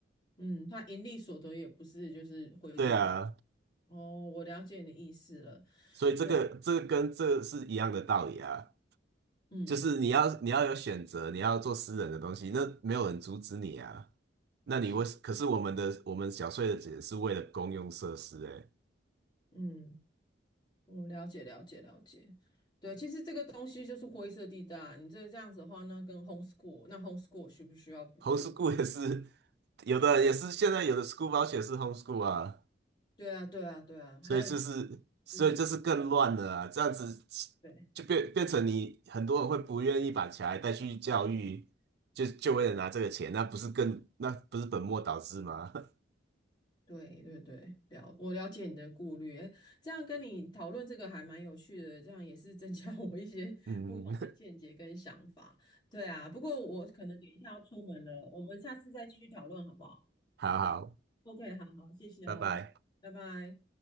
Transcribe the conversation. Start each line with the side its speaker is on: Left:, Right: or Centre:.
Left: 嗯，他盈利所得也不是就是回捐给，
Right: 对啊。
Left: 哦，我了解你的意思了，
Right: 所以这个这个跟这个是一样的道理啊，
Left: 对，嗯。
Right: 就是你要你要有选择，你要做私人的东西，那没有人阻止你啊。那你为，
Left: 是。
Right: 可是我们的我们缴税的钱是为了公用设施、欸，哎
Left: 嗯，我了解了解了解。对，其实这个东西就是灰色地带啊你这这样子的话，那跟 homeschool，那 homeschool 需不需要补助？
Right: ，homeschool 也是有的也是现在有的 school v o 是 homeschool 啊，
Left: 对啊，对啊，对啊。还有
Right: 所以就是所以这是更乱的啊，
Left: 就是，
Right: 这样子
Left: 对
Right: 就变变成你很多人会不愿意把小孩带去教育，就就为了拿这个钱，那不是更那不是本末倒置吗？<laughs>
Left: 对对对，了，我了解你的顾虑。诶这样跟你讨论这个还蛮有趣的，这样也是增加 <laughs> 我一些不同的见解跟想法。
Right: 嗯，
Left: 对啊，不过我可能等一下要出门了，我们下次再继续讨论好不好
Right: 好好，
Left: ？OK，好好，谢谢哦，
Right: 拜拜。
Left: 拜拜。